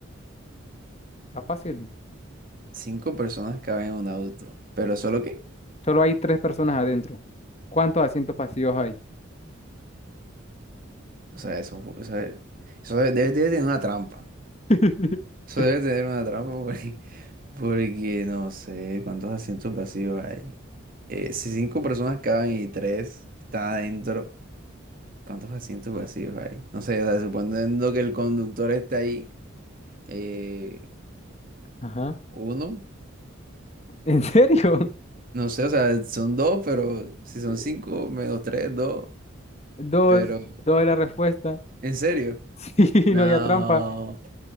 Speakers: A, on the left; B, on the right.
A: Está fácil.
B: Cinco personas caben en un auto, pero solo que,
A: Solo hay tres personas adentro. ¿Cuántos asientos vacíos hay?
B: o sea, eso, fu- o sea, eso debe, debe tener una trampa.
A: <laughs>
B: Eso debe tener una trampa porque, <laughs> porque no sé cuántos asientos vacíos hay. Eh, si cinco personas caben y tres están adentro. ¿Cuántos asientos vacíos hay? No sé, o sea, suponiendo que el conductor está ahí, eh,
A: Ajá.
B: uno,
A: ¿En serio?
B: no sé, o sea, son dos, pero si son
A: Eh,
B: cinco, menos tres, dos,
A: Dos,
B: pero,
A: dos es la respuesta.
B: ¿en serio?
A: <laughs> Sí,
B: No,
A: no había trampa. <laughs>